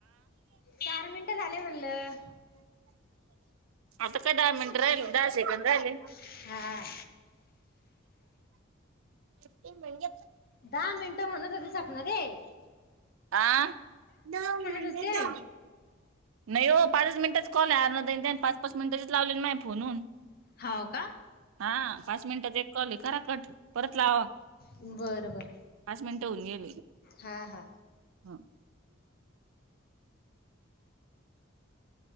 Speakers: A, on the left; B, on the right.
A: चार मिनिटं झाले म्हणलं
B: आता काय डायमेंड राहि दहा सेकड राहिले
A: हा
B: ते म्हणप
A: दहा मिनटं म्हणत होती सपणार दे
B: आं दऊ महिने
A: होते.
B: दऊ नाही हो पाच मिनिटाच कॉल आहेर पाच पाच मिनिटाचीच लावले मा फोनून
A: हाव का?
B: हा पाच मिनिटात एक कॉल खरा कट परत लावा
A: बरं बरं
B: पाच मिनिटं होऊन गेली
A: हा हा
B: ह